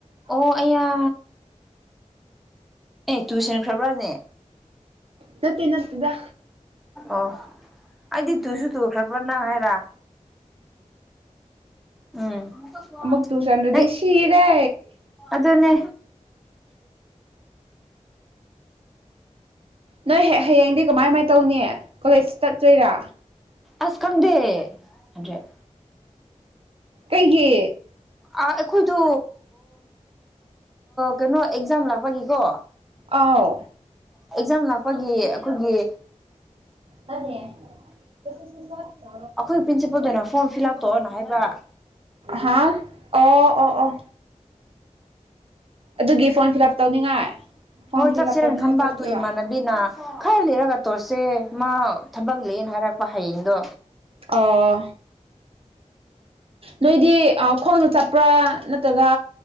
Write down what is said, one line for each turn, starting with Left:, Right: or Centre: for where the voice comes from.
Centre: ꯑꯣ ꯑꯌꯥ ꯑꯦ ꯇꯨꯏꯁꯟꯈ꯭ꯔꯕ꯭ꯔꯅꯦ
Right: ꯅꯠꯇꯦ ꯅꯠꯇꯦꯗ
Centre: ꯑꯣ ꯑꯩꯗꯤ ꯇꯨꯁꯨ ꯇꯨꯈ꯭ꯔꯕ꯭ꯔꯅ ꯍꯥꯏꯕ ꯎꯝ
Right: ꯑꯃꯛ ꯇꯨꯁꯟꯂꯗꯤ
Centre: ꯅꯪ
Right: ꯁꯤꯔꯦ
Centre: ꯑꯗꯨꯅꯦ
Right: ꯅꯣꯏ ꯍꯌꯦꯡꯗꯤ ꯀꯃꯥꯏ ꯀꯃꯥꯏꯅ ꯇꯧꯅꯤ ꯀꯣꯂꯦꯖ ꯆꯠꯇꯣꯏꯔꯥ
Centre: ꯑꯁ ꯈꯪꯗꯦ ꯍꯟꯗ꯭ꯔꯦꯠ
Right: ꯀꯩꯒꯤ
Centre: ꯑ ꯑꯩꯈꯣꯏꯗ ꯀꯩꯅꯣ ꯑꯦꯛꯖꯥꯝ ꯂꯥꯛꯄꯒꯤꯀꯣ
Right: ꯑꯥꯎ
Centre: ꯑꯦꯛꯖꯥꯝ ꯂꯥꯛꯄꯒꯤ ꯑꯩꯈꯣꯏꯒꯤ
Right: ꯅꯅꯦ <unintelligible>
Centre: ꯑꯩꯈꯣꯏꯒꯤ ꯄ꯭ꯔꯤꯟꯁꯤꯄꯜꯗꯨꯅ ꯐꯣꯝ ꯐꯤꯜ ꯑꯞ ꯇꯧꯑꯣꯅ ꯍꯥꯏꯕ
Right: ꯍꯥꯥ ꯑꯣ ꯑꯣ ꯑꯣ ꯑꯗꯨꯒꯤ ꯐꯣꯔꯝ ꯐꯤꯜ ꯑꯞ ꯇꯧꯅꯤꯡꯉꯥꯏ ꯐꯣꯔꯝ
Centre: ꯍꯣꯏ
Right: ꯐꯤꯜ
Centre: ꯆꯠꯁꯦꯔꯅ
Right: ꯑꯞ ꯇꯧꯅꯤꯡꯉꯥꯏ
Centre: ꯈꯟꯕ
Right: ꯆꯠꯀꯦꯔꯥ
Centre: ꯑꯗꯨ ꯏꯃꯥꯟꯅꯕꯤ ꯕꯤꯅꯥ ꯈꯔ ꯂꯤꯔꯒ ꯇꯣꯠꯁꯦ ꯃꯥ ꯊꯕꯛ ꯂꯩꯑꯦꯅ ꯍꯥꯏꯔꯛꯄ ꯍꯌꯦꯡꯗꯣ
Right: ꯑꯣ ꯅꯣꯏꯗꯤ ꯈꯣꯡꯗ ꯆꯠꯄ꯭ꯔꯥ ꯅꯠꯇ꯭ꯔꯒ